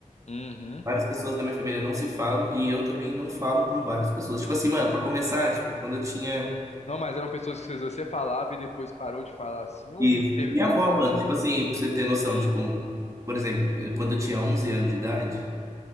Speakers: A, on the left (about 55°); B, on the right (about 20°).
A: Uhum.
B: Várias pessoas da minha família não se falam. E eu também não falo com várias pessoas. Tipo assim, mano, pra começar, tipo, quando eu tinha.
A: Não, mas eram pessoas que você falava e depois parou de falar assim ou
B: Isso.
A: não teve
B: Minha
A: contato?
B: avó, mano, tipo assim, pra você ter noção,
A: Uhum.
B: tipo, por exemplo, eh, quando eu tinha 11 anos de idade,